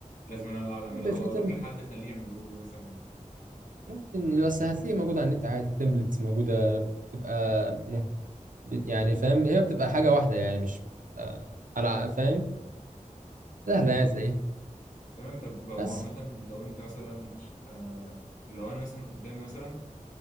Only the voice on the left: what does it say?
لازم انا اللي اقعد اعمله
او
اروح لحد اخليه يعمله لي مثلا
امم
تمام طب هو
عامة لو انت مثلا آه لو انا مثلا قدامي مثلا